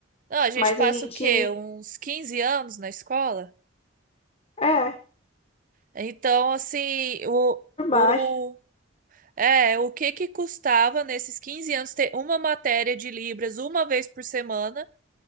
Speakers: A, on the right; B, on the left.
A: Não, a gente
B: Mas
A: passa
B: a gente.
A: o quê? Uns 15 anos na escola?
B: É,
A: Então, assim, o,
B: por baixo.
A: o, é, o que que custava nesses 15 anos ter uma matéria de Libras uma vez por semana,